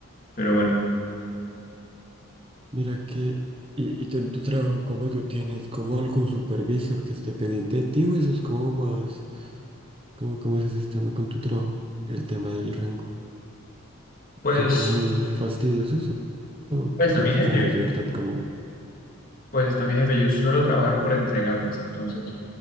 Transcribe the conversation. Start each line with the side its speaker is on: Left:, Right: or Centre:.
Left: pero bueno,
Right: mira que, y, y tú en tu trabajo, ¿cómo tú tienes como algún supervisor que esté pendiente de ti o eso es como más? ¿Cómo, cómo es ese sistema con tu trabajo? El tema del rango.
Left: pues,
Right: ¿Son como muy fastidiosos o o
Left: pues
Right: tú
Left: está
Right: tienes
Left: mi jefe,
Right: como más libertad? Como,
Left: pues está mi jefe. Yo suelo trabajar por entregables, entonces